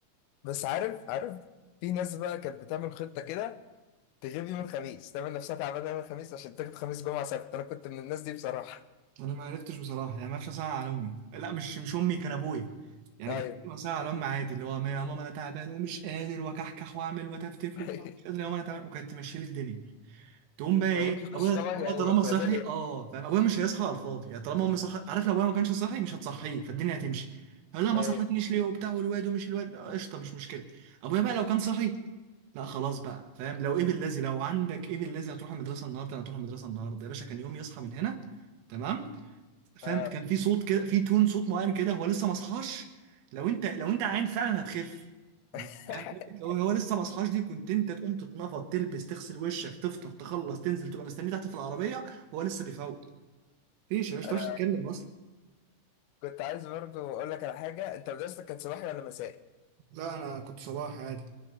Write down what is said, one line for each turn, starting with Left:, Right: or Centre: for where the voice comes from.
Left: بس عارف عارف في ناس بقى كانت بتعمل خطة كده تغيب يوم الخميس تعمل نفسها تعبانة يوم الخميس عشان تاخد خميس جمعة سبت أنا كنت من الناس دي بصراحة
Right: انا ما عرفتش بصراحه يعني ما عرفتش اسال على امي لا مش مش امي كان ابويا يعني
Left: ايوه
Right: كان ممكن اسال على امي عادي اللي هو يا ماما انا تعبان ومش قادر وكحكح واعمل وتفتف
Left: <laughs>
Right: وبتاع مش قادر يا ماما انا تعبان وكانت تمشي لي الدنيا تقوم بقى ايه
Left: فابوك يخش
Right: ابويا
Left: طبعا
Right: ابويا
Left: يعني
Right: طالما
Left: ما تبقى
Right: صحي
Left: زي الايه
Right: اه فاهم ابويا مش هيصحى على الفاضي يعني طالما امي صحي عارف لو ابويا ما كانش صحي مش هتصحيه فالدنيا هتمشي هقول لها ما
Left: ايوه
Right: صحتنيش ليه وبتاع والواد ومش الواد آه، قشطه مش مشكله ابويا بقى لو كان صحي لا خلاص بقى فاهم لو ايه بالذي لو عندك ايه بالذي هتروح المدرسه النهارده انا هتروح المدرسه النهارده يا باشا كان يوم يصحى من هنا تمام فاهم
Left: اه
Right: كان في صوت كده في تون صوت معين كده هو لسه ما صحاش لو انت لو انت عيان فعلا هتخف انت
Left: <laughs>
Right: فاهم حته لو هو لسه ما صحاش دي كنت انت تقوم تتنفض تلبس تغسل وشك تفطر تخلص تنزل تبقى مستني تحت في العربيه هو لسه بيفوق مفيش يا باشا
Left: انا
Right: ما تعرفش تتكلم اصلا
Left: كنت عايز برضو اقول لك على حاجه انت مدرستك كانت صباحي ولا مسائي
Right: لا انا كنت صباح عادي